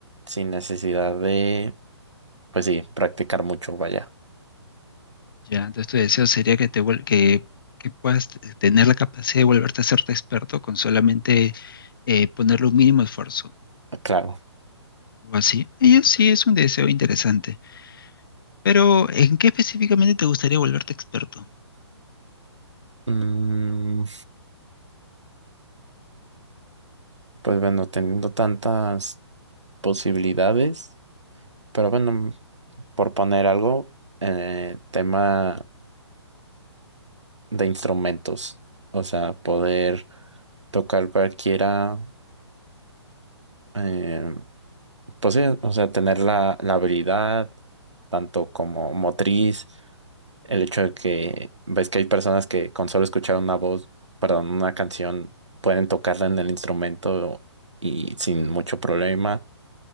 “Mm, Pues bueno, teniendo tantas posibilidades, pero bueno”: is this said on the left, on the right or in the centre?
Right